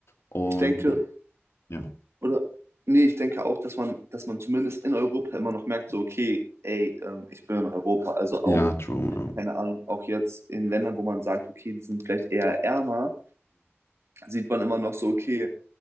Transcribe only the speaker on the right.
Ich denke,
Oder, nee, ich denke auch, dass man, dass man zumindest in Europa immer noch merkt, so, okay, ey, ähm, ich bin in Europa. Also auch,
keine Ahnung, auch jetzt in Ländern, wo man sagt, okay, die sind vielleicht eher ärmer, sieht man immer noch so, okay,